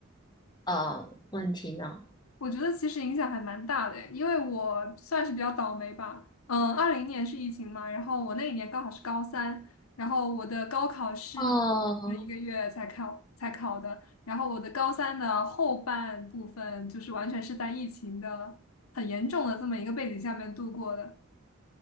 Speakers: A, on the left (about 20°); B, on the left (about 90°).
A: 呃问题呢？
B: 我觉得其实影响还蛮大的诶，因为我算是比较倒霉吧。嗯，二零年是疫情嘛，然后我那一年刚好是高三，然后我的高考是
A: 哦，
B: 一个月才考才考的，然后我的高三的后半部分就是完全是在疫情的很严重的这么一个背景下面度过的。